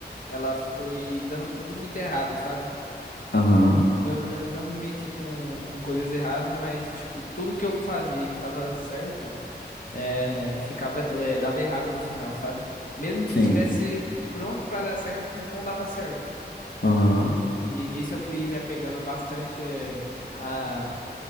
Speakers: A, on the left; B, on the left.
A: ela foi dando tudo muito errado, sabe?
B: Aham.
A: Eu, eu não me meti com, com coisas erradas, mas, tipo, tudo que eu fazia que tava certo, é, ficava, é, dava errado no final, sabe? Mesmo
B: Sim.
A: que tivesse pronto pra dar certo, não dava certo.
B: Aham.
A: E, e nisso eu fui me apegando bastante é, a,